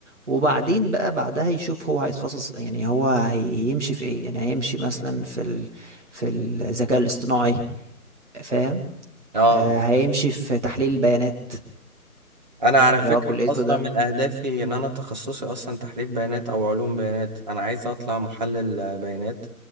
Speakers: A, on the right; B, on the right.
A: وبعدين بقى بعدها يشوف هو هيتخصص يعني هو هيمشي في إيه يعني هيمشي مثلا في ال... في الذكاء الاصطناعي فاهم
B: اه
A: آه
B: اه
A: هيمشي في تحليل البيانات
B: انا على
A: اللي
B: فكره
A: هو كليتكو
B: اصلا
A: ده
B: من اهدافي ان انا تخصصي اصلا تحليل بيانات او علوم بيانات انا عايز اطلع محلل بيانات